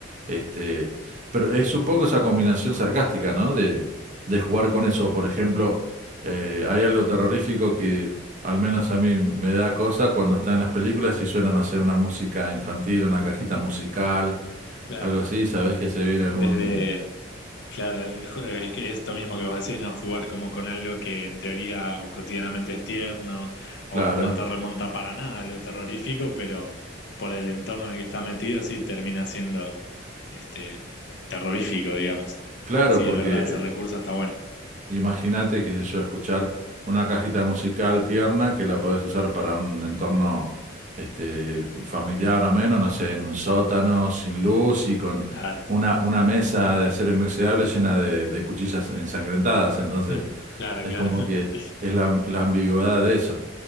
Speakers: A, on the right (about 40°); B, on the left (about 55°).
A: Este, pero es un poco esa combinación sarcástica, ¿no? De, de jugar con eso. Por ejemplo, eh, hay algo terrorífico que al menos a mí me da cosa cuando están en las películas y suenan a hacer una música infantil, una cajita
B: <laughs>
A: musical,
B: Claro,
A: algo así, sabes que se viene algún...
B: desde, Claro, eh, ju- eh, es que esto mismo que vos decís, ¿no? Jugar como con algo que en teoría o cotidianamente es tierno o
A: Claro,
B: no te remonta para nada, a algo terrorífico, pero por el entorno en el que está metido, sí, termina siendo este terrorífico, digamos.
A: claro,
B: Sí,
A: porque
B: es verdad, ese
A: eh,
B: recurso está bueno.
A: Imagínate, qué sé yo, escuchar una cajita musical tierna que la podés usar para un entorno este, familiar o menos, no sé, en un sótano sin luz y con
B: Claro,
A: una, una mesa de acero inoxidable llena de, de cuchillas ensangrentadas. Entonces,
B: <laughs> claro,
A: es
B: claro.
A: como
B: <laughs>
A: que es la, la ambigüedad de eso.